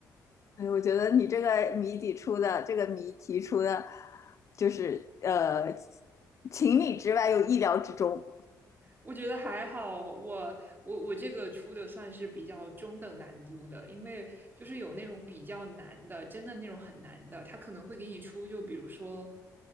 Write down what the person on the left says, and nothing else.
对，我觉得你这个谜底出的，这个谜题出的，就是呃，情理之外又意料之中。